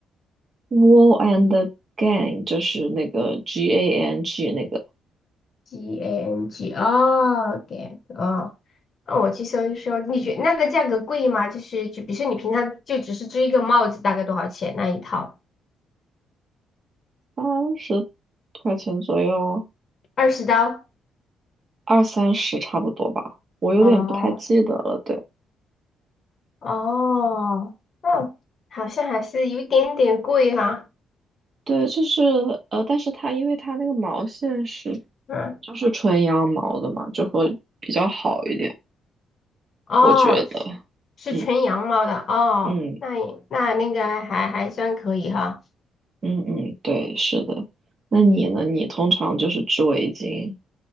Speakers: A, on the right; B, on the left.
A: ，Wall and the Gang 就是那个 G A N G 那个
B: ？G A N G 哦，Gang 哦，那我去搜一搜，你觉那个价格贵吗？就是就比如说你平常就只是织一个帽子，大概多少钱那一套？
A: 三十块钱左右，
B: 二十刀？
A: 二三十差不多吧，我有点不太记得了。
B: 哦
A: 对
B: 哦，哦，好像还是有一点点贵哈、
A: 对，就是呃，但是它因为它那个毛线是
B: 嗯。
A: 就是纯羊毛的嘛，就会比较好一点，
B: 哦，
A: 我觉得。
B: 是是纯羊毛的哦，
A: 嗯嗯
B: 那也那那个还还算可以哈。
A: 嗯嗯，对，是的。那你呢？你通常就是织围巾？